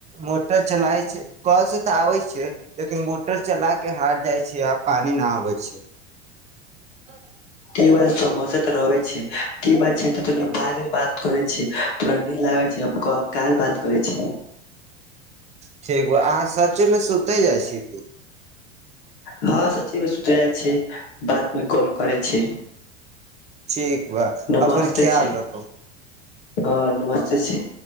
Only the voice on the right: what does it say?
मोटर चलाई छै कल से तऽ आबे छै लेकिन मोटर चला के हार्ड जाइ छै आ पानि न आवछै <inaudible>
ठीक बा अहाँ सचमे सुते जाइ छियै की
ठीक बा
अपन ख्याल
रखू